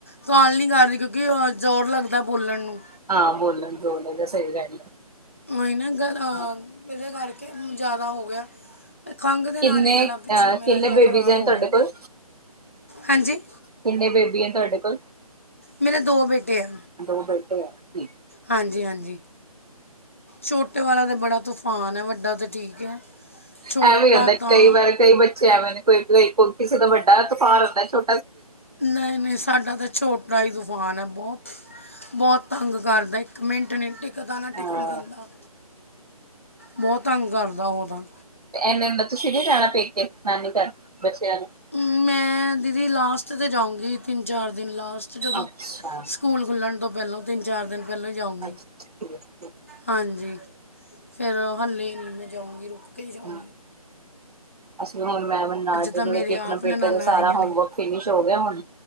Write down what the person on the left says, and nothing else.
ਸਵਾਲ ਨੀ ਕਰ ਰਹੀ, ਕਿਉਂਕਿ ਜ਼ੋਰ ਲੱਗਦਾ ਬੋਲਣ ਨੂੰ।
ਹੀ, ਨਾ ਗ,
ਇਹਦੇ ਕਰਕੇ ਜ਼ਿਆਦਾ ਹੋ ਗਿਆ। ਖੰਘ ਦੇ
ਨਾਲ ਹੀ ਗਲਾ ਪਿੱਛੋਂ
ਮੇਰਾ
ਇੱਦਾਂ
ਖ਼ਰਾਬ ਹੋ
ਗਿਆ
ਹਾਂਜੀ
ਮੇਰੇ ਦੋ ਬੇਟੇ ਆ।
ਹਾਂਜੀ, ਹਾਂਜੀ। ਛੋਟੇ ਵਾਲਾ ਤਾਂ ਬੜਾ ਤੂਫਾਨ ਹੈ, ਵੱਡਾ ਤਾਂ ਠੀਕ ਹੈ। ਛੋਟਾ
ਤਾਂ
ਨਹੀਂ, ਨਹੀਂ ਸਾਡਾ ਤਾਂ ਛੋਟਾ ਹੀ ਤੂਫ਼ਾਨ ਹੈ, ਬਹੁਤ ਬਹੁਤ ਤੰਗ ਕਰਦਾ ਇੱਕ ਮਿੰਟ ਨੀ ਟਿ ਗਦਾ ਨ, ਟਿਕਨ
ਦਿੰਦਾ। ਬਹੁਤ ਤੰਗ ਕਰਦਾ ਉਹ ਤਾਂ।
ਹੂੰ, ਮੈਂ ਦੀਦੀ ਲਾਸਟ ਥ ਤੇ, ਜਾਊਂਗੀ ਤਿੰਨ- ਚਾਰ ਦਿਨ ਲਾ ਜਦੋਂ
ਸਕੂਲ ਖੁੱਲਣ ਤੋਂ। ਪਹਿਲਾਂ ਤਿੰਨ-ਚਾਰ ਦਿਨ ਪਹਿਲੋਂ ਜਾਊਂਗੀ।
ਹਾਂਜੀ। ਫੇਰ ਹੱਲੇ ਨੀ ਮੈਂ ਜਾਊਂਗੀ ਰੁਕ ਜਾਗੀ
ਤਾਂ ਮੇਰੇ
ਆਪ
ਨਨਾਣਾਂ
ਆਈਆਂ
ਨੇ